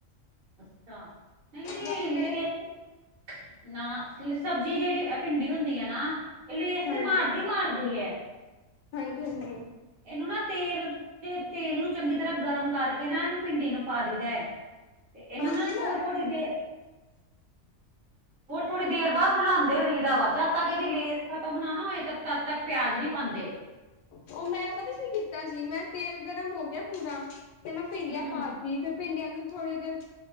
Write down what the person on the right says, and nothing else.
ਅੱਛਾ ਨਹੀਂ ਨਹੀਂ
ਲੇਸ। ਨਾ ਸਬਜ਼ੀ ਜਿਹੜੀ ਭਿੰਡੀ ਹੁੰਦੀ ਹੈ ਨਾ। ਲੇਸ
ਤੇ ਮਾਰਦੀ ਮਾਰਦੀ।
ਇਹਨੂੰ ਨਾ ਤੇਲ ਤੇ ਤੇਲ ਨੂੰ ਚੰਗੀ ਤਰ੍ਹਾਂ ਗਰਮ ਕਰਕੇ ਨਾ ਇਹਨੂੰ ਭਿੰਡੀ ਨੂੰ ਪਾ ਦਦਾ ਹੈ। ਇਹਨਾਂ
ਨਾ ਥੋੜੀ
ਥੋੜੀ ਦੇਰ। ਥੋੜੀ ਥੋੜ੍ਹੀ ਦੇਰ ਬਾਅਦ ਹਲਾਉਂਦੇ ਰਹੀਦਾ ਵਾ ਜਦ ਤ ਕਿ ਇਹਦੀ ਲੇਸ। ਖਤਮ ਨਾ ਨਾ ਹੋਏ ਤੇ ਤਦ ਤੱਕ ਪਿਆਜ ਨਹੀਂੀ ਪਾਾਂਦੇ।
ਹੂੰ